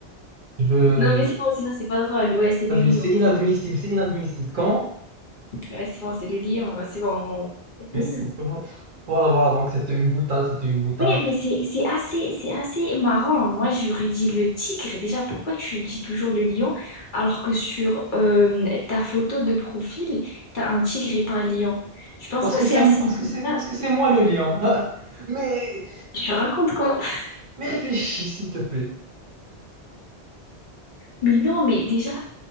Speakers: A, on the right (about 55°); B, on the left (about 50°).
A: je-
B: Non, mais sinon, sinon, c'est pas drôle. Ouais, c'est le lion.
A: c'est inadmissible,
B: C'est
A: c'est inadmissible. quand
B: ouais, c'est bon, c'est le lion. C'est bon. on- on tous.
A: inadmissible. Quand? <laughs> Voilà, voilà. Donc c'était une boutade, c'était une boutade.
B: Oui, mais c'est c'est assez, c'est assez marrant. Moi, j'aurais dit le tigre. Déjà, pourquoi tu dis toujours le lion alors que sur euh, ta photo de profil, t'as un tigre et pas un lion? Je pense
A: Parce
B: pas
A: que
B: que c'est
A: c'est,
B: assez
A: parce que c'est,
B: bizarre.
A: parce que c'est moi le lion. <laughs> Mais
B: Je raconte comment... <laughs>
A: Mais réfléchis, s'il te plaît.
B: Mais non, mais déjà,